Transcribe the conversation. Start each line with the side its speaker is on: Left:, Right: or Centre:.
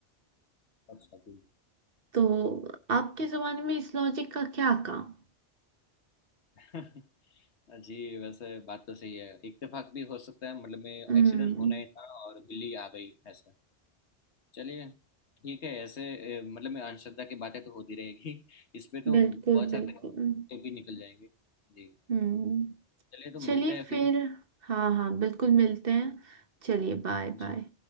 Left: अच्छा जी
Right: तो आपके जमाने में इस लॉजिक का क्या काम
Left: <laughs> जी वैसे बात तो सही है इत्तेफाक भी हो सकता है मतलब में एक्सीडेंट
Right: हम्म
Left: होना ही था और बिल्ली आ गई ऐसा चलिए ठीक है ऐसे ए, मतलब में अंधश्रद्धा की बातें तो होती रहेगी <laughs> इस पे तो
Right: बिल्कुल
Left: बहुत सारे
Right: बिल्कुल
Left: टॉपिक भी निकल जाएंगे जी
Right: हम्म
Left: चलिए तो मिलते
Right: चलिए
Left: हैं
Right: फिर
Left: फिर
Right: हाँ हाँ बिल्कुल मिलते हैं चलिए बाय
Left: जी
Right: बाय